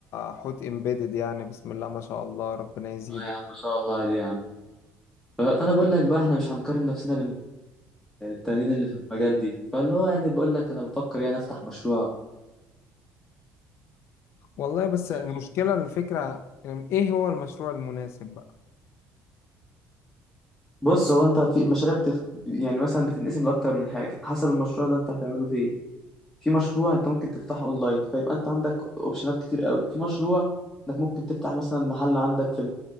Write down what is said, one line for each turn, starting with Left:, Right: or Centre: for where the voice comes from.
Left: حوت امبيدد يعني بسم الله ما شاء الله ربنا يزيد
Centre: اه يا عم ما شاء الله عليه يا عم ف- فأنا بقول لك بقى احنا مش هنقارن نفسنا بين التانيين اللي في المجال دي فاللي هو يعني بقول لك أنا بفكر يعني أفتح مشروع
Left: والله بس
Centre: فاهم
Left: المشكلة الفكرة ايه هو المشروع المناسب بقى
Centre: بص هو انت في مشاريع بتخ... يعني مثلا بتنقسم لاكتر من حاجه حسب المشروع ده انت هتعمله فين في مشروع انت ممكن تفتحه اونلاين فيبقى انت عندك اوبشنات كتير قوي في مشروع انك ممكن تفتح مثلا محل عندك في